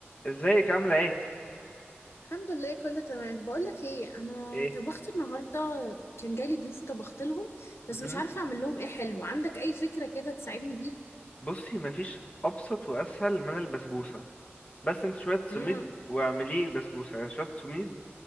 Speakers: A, on the left (about 35°); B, on the left (about 80°).
A: ازيك عاملة ايه؟
B: الحمد لله كله تمام بقول لك ايه انا
A: ايه
B: طبخت النهارده كان جالي ضيوف وطبخت لهم بس
A: مهم.
B: مش عارفه اعمل لهم ايه حلو عندك اي فكره كده تساعدني بيها
A: بصي مفيش أبسط وأسهل من البسبوسة بس انت شوية سميد
B: امم
A: واعمليه بسبوسة يعني شوية سميد